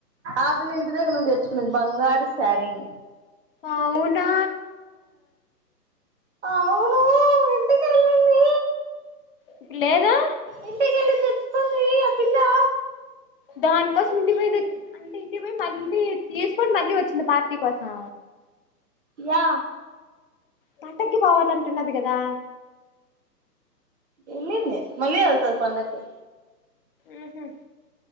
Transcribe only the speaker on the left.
ఆవునా
ఇప్పుడు లేదా
దానికోసం ఇంటి పోయి అంటే ఇంటికి పోయి మళ్ళీ తీసుకొని మళ్ళీ వచ్చిందా పార్టీ కోసం
పండక్కి పోవాలంటున్నది గదా
ఊహు